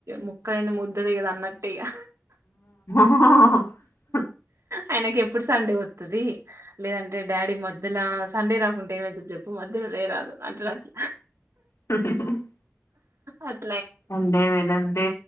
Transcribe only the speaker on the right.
ముక్కలైనా ముద్ద దీగాదు అన్నట్టే ఇక
ఆయనకి ఎప్పుడు సండే వస్తుది లేదంటే డాడీ మధ్యలో సండే రాకు చెకుంటే ఏమైతు చెప్పు మధ్యలో అదే రాదు అంటునట్
అది